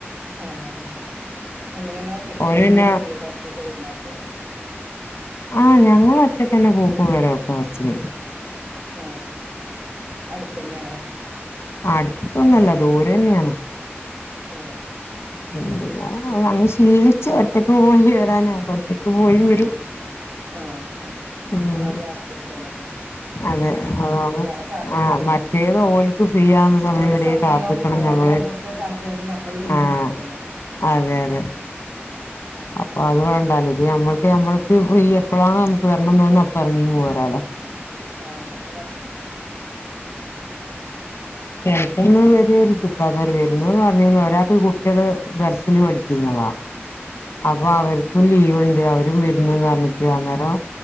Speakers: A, on the right; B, on the left.
A: ആഎങ്ങനെങ്ങള് ഒറ്റക്ക്
B: ഓര്
A: വരും
B: പിന്നെ
A: പോവുക്കെ ചെയ്യോ അതോ ഹസ്ബൻ്റ് കൊടുന്നാക്കോ
B: ആഞങ്ങള് ഒറ്റക്കന്നെ പോക്കും വരവൊക്കെ ബസിന്
A: ആ അടുത്തന്നെണോ
B: അടുത്തൊന്നു അല്ല ദൂരെന്നെയാണ്
A: ആ
B: പിന്നെ അങ്ങ് ശീലിച്ച് ഒറ്റക്ക് പോയി വരാനപ്പ ഒറ്റക്ക് പോയി വരും
A: ആആ
B: ഉം
A: ആരേം ആശ്രയിക്കണ്ടല്ലോ അയന്നെ
B: അതെ
A: നല്ലേ മറ്റേ
B: അതാവും
A: ഒരാളെ കാത്തു
B: ആഹ്
A: നിക്കണ്ടെ
B: മറ്റേത് ഓൽക്ക് ഫ്രീ ആവുന്ന സമയം
A: ഓരെ
B: വരെ
A: സമയം
B: കാത്ത്ക്കണം
A: ഓ
B: ഞമ്മള്
A: ഓരെ ഇതൊക്കെ കാത്തുകണ്ട് ഞമ്മള് വെയിറ്റീത്
B: ആഹ്
A: നിക്കണ്ടേ
B: അതെ അതെ
A: ആഹ്
B: അപ്പൊ അത് വേണ്ടാലോ ത് ഞമ്മൾക്ക് ഞമ്മൾക്ക് ഫ്രീ എപ്പോഴാണോ നമുക്ക് വരണംന്ന് തോന്നുന്ന് അപ്പ എറങ്ങിങ്ങ് പോരാലോ
A: ആ അതന്നെ പാട്ട്
B: ചെലപ്പന്ന് വരുരേരിക്കും ഇത്താത്താര് വരുന്നുന്ന് പറഞ്ഞേർന്നു ഒരാക്ക് കുട്ടിള് ദർശില് പഠിക്കുന്ന പോവാ അപ്പൊ
A: ആഹ്
B: അവർക്കും ലീവ്ണ്ട് അവരും വരുന്ന് പറഞ്ഞിട്ടു അന്നേരം